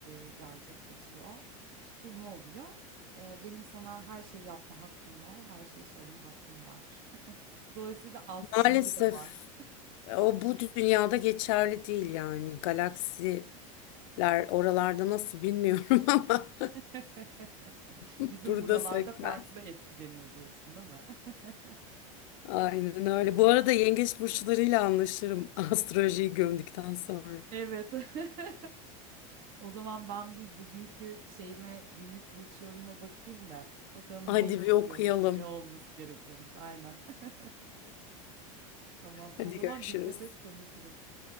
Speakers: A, on the right (about 55°); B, on the left (about 70°).
A: e, gerçekleşiyor. Tutulma oluyor. E, benim sana her şeyi yapma hakkım var. Her şeyi söyleme hakkım var. <laughs> Dolayısıyla astroloji
B: Maalesef
A: de var.
B: e, o bu dünyada geçerli değil yani. Galaksiler oralarda nasıl bilmiyorum <laughs> ama
A: <laughs>
B: burada
A: Bizim buralarda
B: sekmez.
A: farklı etkileniyor diyorsun, değil mi? <laughs>
B: Aynen öyle. Bu arada yengeç burçlarıyla anlaşırım <laughs> astrolojiyi gömdükten sonra.
A: Evet. <laughs> O zaman ben bir bugünkü şeyime günlük burç yorumuma bakayım da bakalım
B: Hadi
A: ne hissediyormuşum,
B: bir okuyalım.
A: ne olması gerekiyormuş. Aynen. <laughs> Tamam.
B: Hadi
A: O zaman
B: görüşürüz.
A: dikkat et konuşuruz.